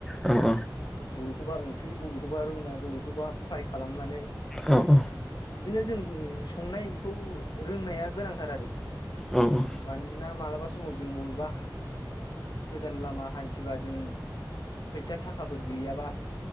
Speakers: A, in the centre; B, on the left.
A: औ औ
B: बबेखौबा ओंख्रि बबेखौबा रुनाय बबेखौबा फ्राय खालामनानै
A: औ औ
B: बिदिनो जों संनायखौ रोंनाया गोनांथार आरो
A: औ औ
B: मानोना मालाबा समाव जों बबेबा गोजान लामा हान्थिबा जों फैसा थाखा गैयाबा